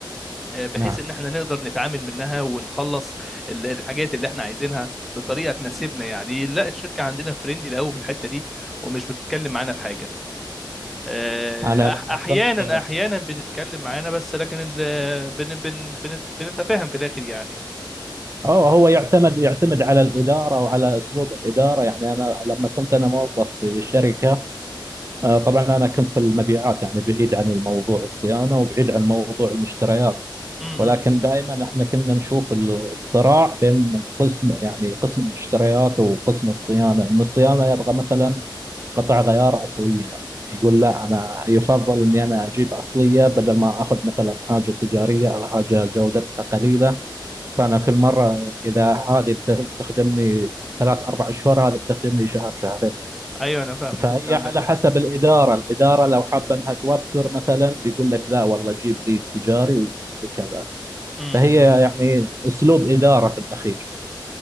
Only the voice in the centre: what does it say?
آه، بحيث
ان احنا نقدر نتعامل منها ونخلص ال- الحاجات اللي احنا عايزينها بطريقه تناسبنا يعني لا الشركه عندنا فريندلي قوي في الحته دي ومش بتتكلم معانا في حاجه آه،
أح- احيانا
احيانا بتتكلم معانا بس لكن ال... بن... بن... بنت... بنتفاهم في الاخر يعني
امم
ايوه انا فاهمك
كنت عندك
حق
امم